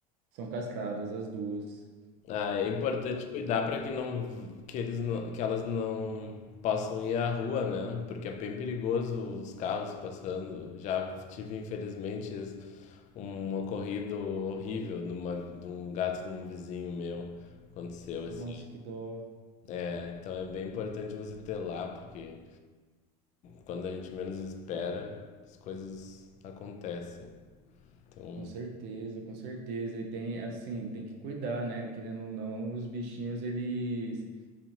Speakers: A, on the right; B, on the left.
A: São castradas as duas.
B: Ah, é importante cuidar para que não que eles não, que elas não possam ir à rua, né? Porque é bem perigoso os carros passando. Já tive, infelizmente, es- um ocorrido horrível de, uma, de um gato de um vizinho meu. Aconteceu
A: Nossa,
B: esse.
A: que dó.
B: É, então é bem importante você ter lá, porque quando a gente menos espera, as coisas acontecem. Então
A: Com certeza, com certeza. E tem, assim, tem que cuidar, né? Querendo ou não, os bichinhos, eles